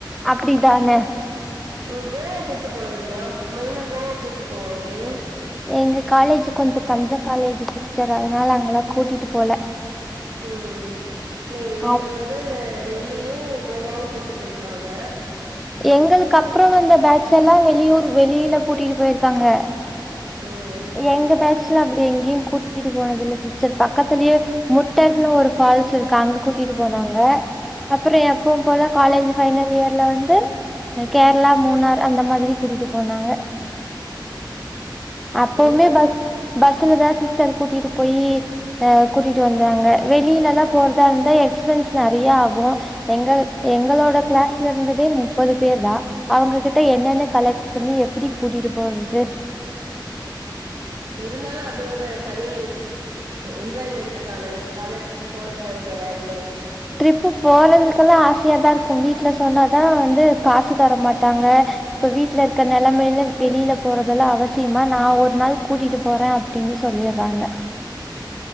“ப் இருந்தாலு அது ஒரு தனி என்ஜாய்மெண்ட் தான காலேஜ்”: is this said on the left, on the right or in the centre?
Right